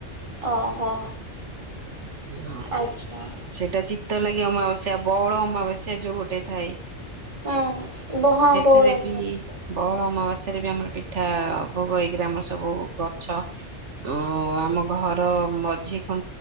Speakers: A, on the right (about 25°); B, on the right (about 75°).
A: ଓହୋ
B: ହ
A: ଆଚ୍ଛା
B: ସେଟା ଚିତ୍ତ ଲାଗି ଆମାବାସ୍ୟା ବଉଳ ଅମାବାସ୍ୟା ଯୋଉ ଗୋଟେ ଥାଏ
A: ହୁଁ ବୋ ହଁ
B: ସେଠାରେ
A: ବଉଳ
B: ବି
A: ମହୋତ୍ସବ
B: ବଉଳ ଅମାବାସ୍ୟାରେ ବି ଆମର ପିଠା ଭୋଗ ହେଇକିରି ଆମର ସବୁ ଗଛ ଉୁଁ ଆମ ଘର ମଝି ଖୁଁ